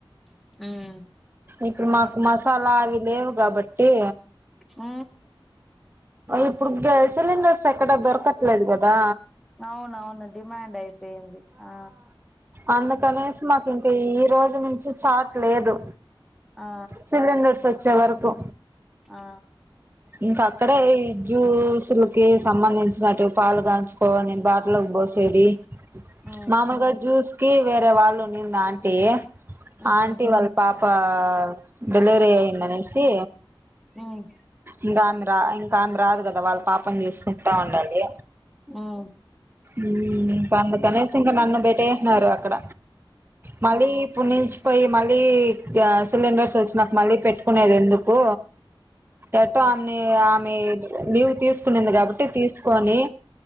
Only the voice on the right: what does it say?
ఇప్పుడు మాకు మసాలా అవి లేవు కాబట్టి
ఇప్పుడు గ్యాస్ సిలిండర్స్ ఎక్కడ దొరకట్లేదు కదా
అందుకనేసి మ ఇంక ఈ రోజు నుంచి చాట్ లేదు
సిలిండర్స్ చ వరకు
ఇంకా అక్కడే జ్యూసులకి సంబంధించినట్టు పాలు కాగాంచుకోని బాటకి పోసేది
మామలుగా జూస్ కి వేరేవాళ్ళు నందాంటే
ఆంటీ వల్పా <unintelligible> డెలివరీ అయ్యిందనేసి
ఇంకంధ్ర ఇంక ఆమె రాదు కదా వాళ్ళ పాపని చూసుకుంటా ఉండాలి
మ్ అందుకనేసి
ఇంక నన్ను పెట్టీ నారు అక్కడ మళ్ళీ ఇప్పునుంచి పోయి మళ్ళీ సిలిండర్స్ వచ్చినాక మళ్ళీ పెట్టుకునేది ఎందుకు ఏట్ట అని ఆమె ఇయదు లీవ్ తీసుకునింది కాబట్టి తీసుకొని